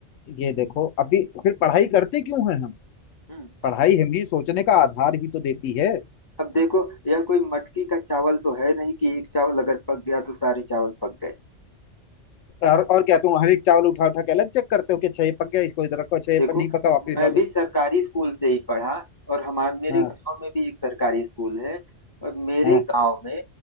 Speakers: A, on the left; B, on the left.
A: ये देखो अभी फिर पढ़ाई करते क्यों हैं हम
B: हम्म
A: पढ़ाई हमें सोचने का आधार ही तो देती है
B: अब देखो यह कोई मटकी का चावल तो है नहीं कि एक चावल अगर पक गया तो सारे चावल पक गए
A: और और क्या तुम हर एक चावल उठा उठा के अलग चेक करते हो कि अच्छा ये पक गया इसको इधर रखो अच्छा ये
B: देखो
A: पर नहीं पका वापस
B: मैं
A: डालो
B: भी सरकारी स्कूल से ही पढ़ा और हमारे मेरे
A: हाँ
B: गांव में भी एक सरकारी स्कूल है और मेरे
A: हाँ
B: गांव में